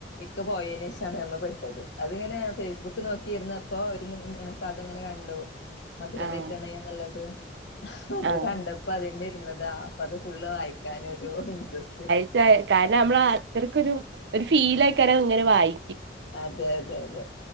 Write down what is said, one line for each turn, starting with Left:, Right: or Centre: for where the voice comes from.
Left: ക്ക പോയേനേഷാണ് അയ്മ്മ പെട്ടത് അതിങ്ങനെ ഫേസ്ബുക്ക് നോക്കിയിരുന്നപ്പോ ഒരു കഥ ങ്ങനെ കണ്ടു മധുരമേ
Right: ആഹ്
Left: പ്രണയം ന്ന്ള്ളത് അത്
Right: ആഹ്
Left: കണ്ടപ്പോ അധിമ്മേ ഇരുന്നതാ അപ്പൊ അത് ഫുള്ള് വായിക്കാനൊരു ഇൻട്രസ്റ്റ്
Right: റ്റായ് കാരണം നമ്മള് അത്രക്കൊരു ഒരു ഫീലേക്കാരം അത് ഇങ്ങനെ വായി
Left: അതെ അതെ അതെ